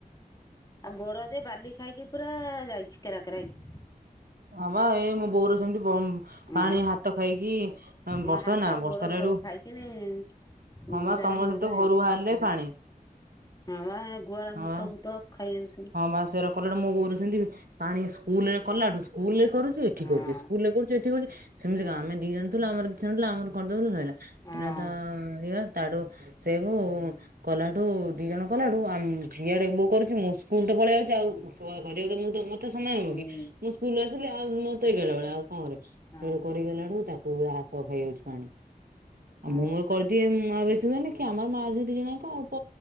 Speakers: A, on the left; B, on the right.
A: ଆଉ ଗୋଡ ଯେ ବାଲି ଖାଇକି ପୁରା ଯାଇଛି କେରା କେରା ହେଇକି।
B: ହଁ ବା ଏ ମୋ ବୋଉର <unintelligible>
A: ହଁ
B: ପାଣି ହାତ ଖାଇକି
A: ମୋ
B: ବର୍ଷା
A: ହାତ
B: ନା ବର୍ଷା
A: ଗୋଡ ସବୁ
B: ଆଡୁ
A: ଖାଇକିନି ମଉସାର
B: ହଁ ବା ତମ
A: ମୋର
B: ସେଠୁ
A: ହେଇଛି।
B: ଘରୁ ବାହାରିଲେ
A: ହୁଁ
B: ପାଣି।
A: ହଁ ଗୁହାଳ
B: ହଁ
A: ମୁତ
B: ବା।
A: ଫୁତ ଖାଇ ଯାଉଛି ସବୁ।
B: ହଁ ବା ସେରା କଲାଠୁ ମୋ ବୋଉର ସେମତି ପାଣି ସ୍କୁଲରେ କଲାଠୁ। ସ୍କୁଲ ରେ କରୁଛି ଏଠି
A: ହଁ
B: କରୁଛି ସ୍କୁଲ ରେ କରୁଛି ଏଠି କରୁଛି ସେମତି
A: ହୁଁ
B: କଣ ଆମେ ଦି ଜଣ ଥିଲୁ ଆମର ଛି ନଥିଲା ଆମର କରିଦେଇଥିଲୁ ସଇଲା
A: ହଁ
B: କିନା ତା ଇଏ ତାଠୁ ସେଉ। କଲାଠୁ ଦି ଜଣ କଲାଠୁ ଇଆଡେ ମୁ ତ କରୁଛି ମୁଁ ସ୍କୁଲ ତ ପଳେଇ ଯାଉଛି ଆଉ। କଣ କରିବା ଯେ ମୁଁ ତମ ତା ସମୟ ହବ
A: ହୁଁ
B: କି ମୁଁ ସ୍କୁଲରୁ ଆସିଲି ଆଉ ମତେ <unintelligible> ଆଉ କଣ କରିବି
A: ହଁ
B: ସେଇଡା କରିଗଲାଠୁ ତା ପୁରା ପହେଇ ଆଇଚି ପାଣି ଆ
A: ହଁ।
B: ମୁଁ ମୋର କରଦିଏ ଆଉ ବେସି ହୁଏନି। କି ଆମର ମା ଝିଅ ଦିଜଣଜାଙ୍କ ଅଳ୍ପ